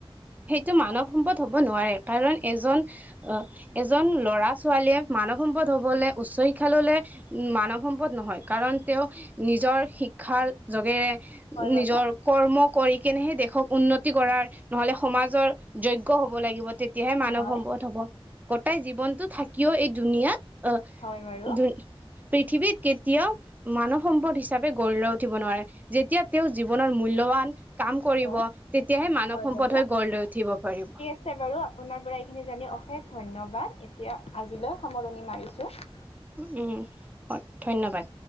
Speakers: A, on the right (about 15°); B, on the left (about 85°).
A: সেইটো মানৱ সম্পদ হ'ব নোৱাৰে, কাৰণ এজন- অহ এজন লৰা ছোৱালীয়ে মানৱ সম্পদ হবলে উচ্চ শিক্ষা ললে- উম মানৱ সম্পদ নহয়, কাৰণ তেওঁ নিজৰ শিক্ষাৰ যগেৰে-
B: হয় বাৰু
A: নিজৰ কৰ্ম কৰি কিনেহে দেশক উন্নতি কৰাৰ নহলে- সমাজৰ যজ্ঞ হব লাগিব, তেতিয়াহে মানৱ
B: হয়
A: সম্পদ হ'ব। গোটাই জীৱনটো থাকিও এই দুুনীয়াত আহ
B: হয় বাৰু
A: দুন- পৃথিৱীত কেতিয়াও- মানৱ সম্পদ হিচাপে গঢ় লৈ উঠিব নোৱাৰে। যেতিয়া তেওঁ জীৱনৰ মূল্যৱান- কাম কৰিব,
B: হয়
A: তেতিয়াহে মানৱ
B: হয়
A: সম্পদ
B: বাৰু
A: হৈ গঢ় লৈ উঠিব পাৰিব।
B: ঠিক আছে বাৰু, আপোনাৰ পৰা এইখিনি জানি অশেষ ধন্যবাদ। এতিয়া আজিলৈ সামৰণি মাৰিছোঁ।
A: উম উম' হয় ধন্যবাদ।